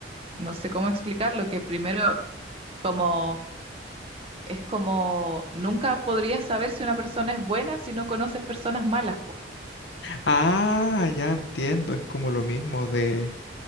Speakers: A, on the right; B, on the left.
A: No sé cómo explicarlo, que primero como es como nunca podrías saber si una persona es buena si no conoces personas malas, pues.
B: Ah, ya entiendo, es como lo mismo de